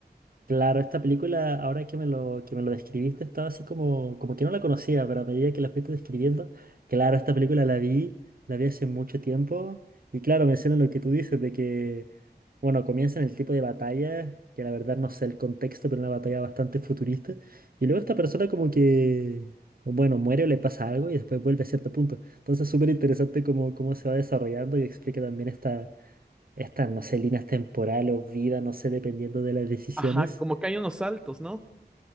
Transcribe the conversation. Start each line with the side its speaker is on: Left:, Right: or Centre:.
Right: Claro, esta película, ahora que me lo, que me lo describiste, estaba así como, como que no la conocía, pero a medida que la fuiste describiendo, claro, esta película la vi, la vi hace mucho tiempo, y claro, mencionan lo que tú dices, de que, bueno, comienzan el tipo de batalla, que la verdad no sé el contexto, pero una batalla bastante futurista, y luego esta persona como que, bueno, muere o le pasa algo y después vuelve a cierto punto. Entonces, súper interesante cómo, cómo se va desarrollando y explica también esta, estas, no sé, líneas temporales o vida, no sé, dependiendo de las decisiones.
Centre: Ajá, como que hay unos saltos, ¿no?